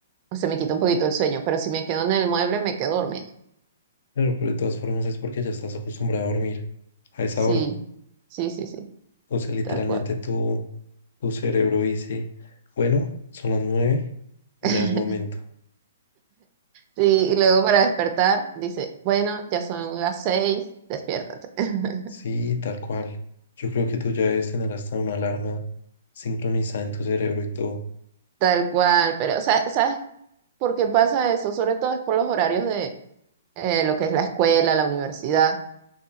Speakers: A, on the right (about 35°); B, on the left (about 65°).
A: se me quita un poquito el sueño, pero si me quedo en el mueble me quedo dormida.
B: claro, pero de todas formas es porque ya estás acostumbrada a dormir a esa
A: Sí,
B: hora.
A: sí, sí, sí,
B: O sea, literalmente
A: tal cual.
B: tu, tu cerebro dice, bueno, son las nueve, ya
A: <laughs>
B: es momento.
A: Sí, y luego para despertar dice, bueno, ya son las seis, despiértate. <laughs>
B: Sí, tal cual. Yo creo que tú ya debes tener hasta una alarma sincronizada en tu cerebro y todo.
A: Tal cual, pero o sea, ¿sabes por qué pasa eso? Sobre todo es por los horarios de eh, lo que es la escuela, la universidad.